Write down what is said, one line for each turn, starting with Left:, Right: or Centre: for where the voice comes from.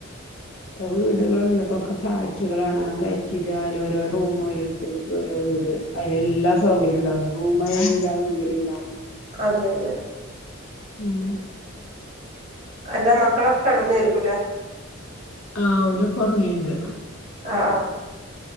Left: ഇപ്പൊ വീടുകളന്നുല്ല ഇപ്പോക്കെ ഫ്ളാറ്റുകളാണ് ഗയറ്റിടുക അയില് ഓരോ റൂം വരും. ഓര് ക്ക് ഓരോ വീട്. അയില് എല്ലാ സൗകര്യവും ഉണ്ടാവും. റൂമായ എല്ലാ സൗകര്യവും ഉണ്ടാവും.
Right: അതെന്നെ.
Left: ഉം
Right: അല്ല മക്കളൊക്കെ കെടന്നെര്ക്കുലേ?
Left: ആ ഒരൊക്കെ ഒറങ്ങിയുണ്ട്.
Right: ആ ആ